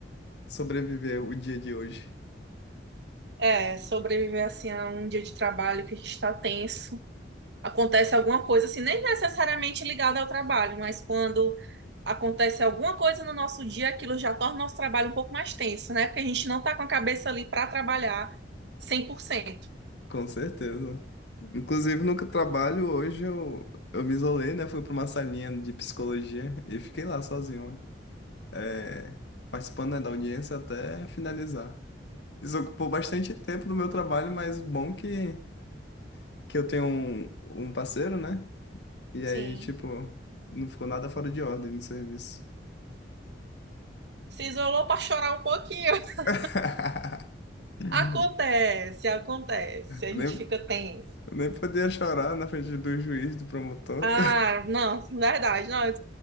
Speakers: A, on the left; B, on the right.
A: sobreviver o dia de hoje,
B: é, sobreviver assim a um dia de trabalho que a gente tá tenso, acontece alguma coisa assim, nem necessariamente ligada ao trabalho, mas quando acontece alguma coisa no nosso dia, aquilo já torna o nosso trabalho um pouco mais tenso, né? Porque a gente não tá com a cabeça ali pra trabalhar cem por cento
A: com certeza. Inclusive, no trabalho hoje eu, eu me isolei, né? Fui para uma salinha de psicologia e fiquei lá sozinho, é, participando, né, da audiência até finalizar. Isso ocupou bastante tempo do meu trabalho, mas bom que, que eu tenho um, um parceiro, né? E
B: Sim.
A: aí, tipo, não ficou nada fora de ordem no serviço.
B: se isolou para chorar um pouquinho. <laughs>
A: <laughs> Eu
B: Acontece, acontece. A
A: Nem,
B: gente fica tenso.
A: eu nem podia chorar na frente do juiz, do promotor.
B: Ah, não, verdade. Não, eu